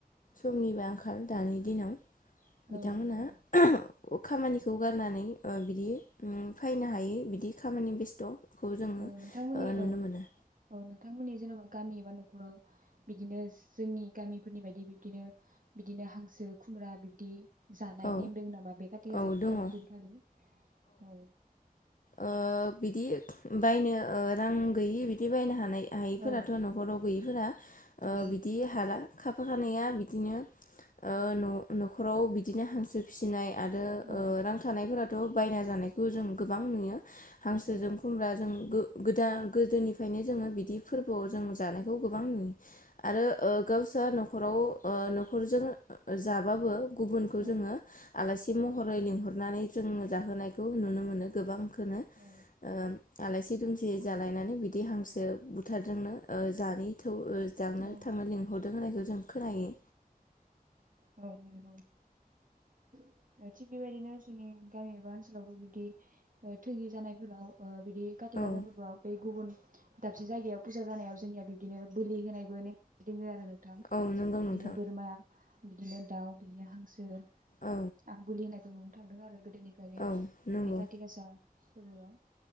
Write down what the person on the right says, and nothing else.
औ नंगौ
औ
औ नोंथांमोननि औ
औ नोंथांमोननि जेन'बा गामि एबा न'खराव बिदिनो जोंनि गामिफोरनि बायदि बिब्दिनो बिदिनो हांसो खुमब्रा बिब्दि जानाय
नेम दों नामा बे काथि गाजा
फुजानि
दिनखालि औ
औ
औ
औ
औ
औ
औ
औ
औ
ओ नंगौ ओ थिग बेबायदिनो जोंनि गामि एबा ओनसोलावबो बिबदि थोगि जानायफोराव ओ बिदि खाथि गासा
फोरबोआव बे गुबुन दाबसे जायगायाव फुजा जानायाव जोंनिया बिब्दिनो बोलि होनायबो नेम दोङो आरो नों थां
बिदिनो
बोरमा बिदिनो दाउ बिदिनो हांसो आं
बोलि होनायखौ नुनो थांदों आरो गोदोनिफ्रायनो
बे काति गासा फोरबोआव